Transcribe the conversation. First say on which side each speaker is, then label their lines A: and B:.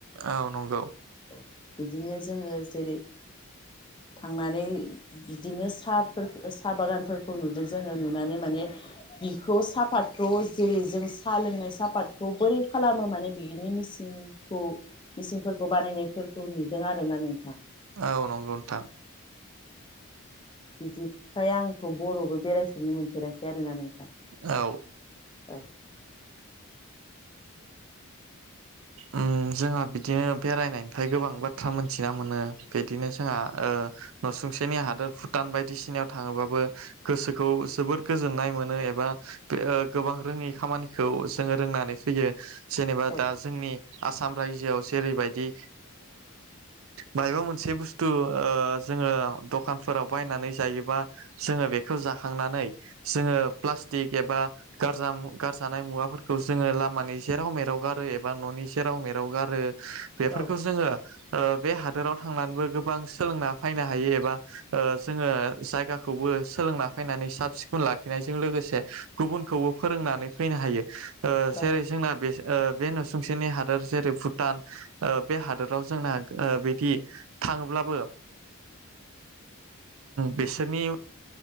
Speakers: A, on the right (about 70°); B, on the left (about 20°).
A: औ नंगौ
B: बिदिनो जोङो जेरै थांनानै बिदिनो साहाफोरखौ साहा बागानफोरखौ नुदों जोङो नुनानै माने बिखौ साहापातखौ जेरै जों साहा लोंनाय साफाादखौ बोरै खालामो माने बिनि मसिंखौ मिसिंफोरखौ बानायनाय फोरखौ नुदों आरोना नों
A: औ नंगौ नोंथां
B: बिदिफ्राय आंथ' बर'बो बेरायफेरनो मोनफेराखै आरोना नोंथां
A: औ
B: औ
A: ओम जोंहा बिदिनो बेरायनायनिफ्राय गोबां बाथ्रा मोनथिना मोनो बिदिनो जोंहा ओ नसुंसेनि हादोर भुटान बायदिसिनायाव थाङोबाबो गोसोखौ जोबोद गोजोननाय मोनो एबा बे ओ गोबां रोङै खामानिखौ जोङो रोंनानै फैयो जेनेबा
B: औ
A: दा जोंनि आसाम रायजोआव जेरैबायदि मायबा मोनसे बुस्थु जोङो दखानफोराव बायनानै जायोबा जोङो बेखौ जाखांनानै जोङो प्लास्टिक एबा गजा गारजानाय मुवाफोरखौ जोङो लामानि । सेराव मेराव गारो एबा न'नि सेराव मेराव गारो बेफोरखौ
B: औ
A: जोङो बे हादोराव थांनानैबो गोबां सोलोंना फैनो हायो एबा जोङो जायगाखौबो सोलोंना फैनानै साब सिखोन लाखिनायजों लोगोसे गुबुनखौबो फोरोंनानै फैनो हायो सेरै
B: औ
A: जोंना बे नसुंसेनि हादोर जेरै भुटान बे हादोराव जोंना बिदि थाङोब्लाबो बिसोरनि